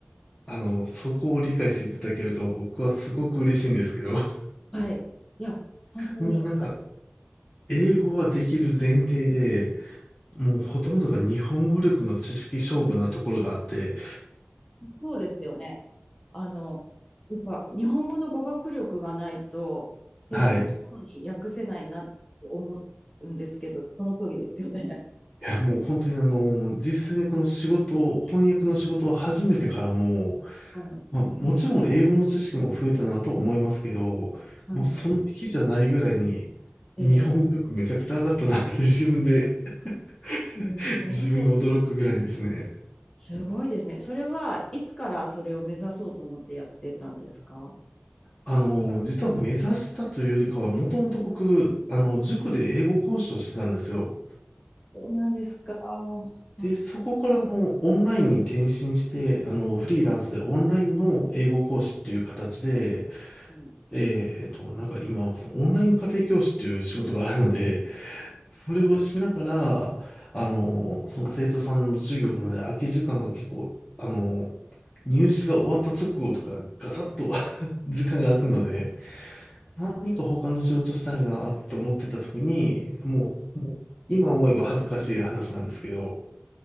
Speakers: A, on the left; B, on the left.
A: あの、そこを理解していただけると僕はすごく嬉しいんですけど、<laughs>
B: はい。いや、本当に、
A: もうなんか、英語はできる前提で、もうほとんどが日本語力の知識勝負なところがあって、
B: そうですよね。あの、やっぱ、日本語の語学力がないと、適切なのに訳せないなと思うんですけど、
A: はい。い
B: その通りですよね。
A: や、もう本当にあの、実際にこの仕事を、翻訳の仕事を始めてからも、
B: はい
A: まあ、もちろん英語の知識も増えたなと思いますけど、
B: は
A: もうその日じゃないぐらいに、
B: い。
A: 日本語力めちゃくちゃ上がったなって自分で
B: え
A: <laughs>
B: すごい、
A: 自分で驚くぐらいですね。
B: すごいですね。それはいつからそれを目指そうと思ってやってたんですか
A: あの、実は目指したというよりかは、もともと僕、あの、塾で英語講師をしてたんですよ。
B: そうなんですか。あ
A: で、そこからあの、オンラインに転身して、あの、フリーランスでオンラインの英語講師っていう形で、
B: あ
A: えっと、なんか今、そのオンライン家庭教師っていう仕事があるので、それをしながら、あの、その生徒さんの授業のね、空き時間が結構、あの、入試が終わった直後とか、ガサッと <laughs> 時間が空くので、何か他の仕事したいなと思ってた時に、もう、もう今思えば恥ずかしい話なんですけど、